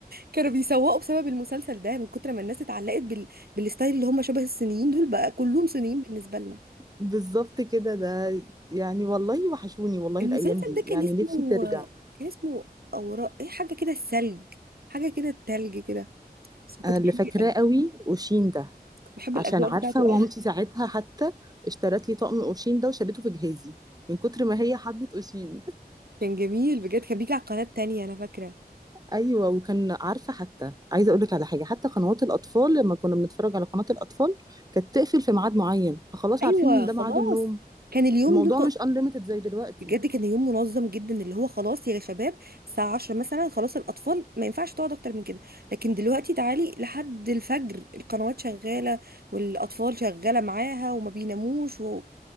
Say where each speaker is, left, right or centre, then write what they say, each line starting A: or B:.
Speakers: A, on the right (about 70°); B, on the right (about 25°).
A: كانوا بيسوقوا بسبب المسلسل ده من كتر ما الناس اتعلقت بال... بالستايل اللي هم شبه الصينيين دول بقى كلهم صينيين بالنسبة لنا
B: بالظبط كده ده يعني والله وحشوني والله
A: المسلسل
B: الأيام دي
A: ده كان
B: يعني
A: اسمه
B: نفسي ترجع
A: كان اسمه اوراق ايه حاجة كده الثلج حاجة كده التلج كده بس كنت
B: أنا اللي
A: بحب
B: فاكراه
A: الأج-
B: قوي أوشين ده
A: كنت بحب
B: عشان
A: الأجواء
B: عارفة
A: بتاعته
B: مامتي
A: قوي
B: ساعتها حتى اشترت لي طقم أوشين ده وشالته في جهازي من كتر ما هي حبت أوشين
A: كان جميل بجد كان بيجي على قناة تانية أنا فاكرة
B: ايوه وكان عارفه حتى عايزه اقول لك على حاجه حتى قنوات الاطفال لما كنا بنتفرج على قناه الاطفال كانت تقفل في ميعاد معين فخلاص
A: أيوة
B: عارفين ان ده
A: خلاص
B: ميعاد النوم
A: كان اليوم
B: الموضوع
A: له
B: مش انليميتد زي دلوقتي
A: بجد كان يوم منظم جدا اللي هو خلاص يا شباب الساعة 10 مثلا خلاص الأطفال ما ينفعش تقعد أكتر من كده لكن دلوقتي تعالي لحد الفجر القنوات شغالة والأطفال شغالة معاها وما بيناموش و...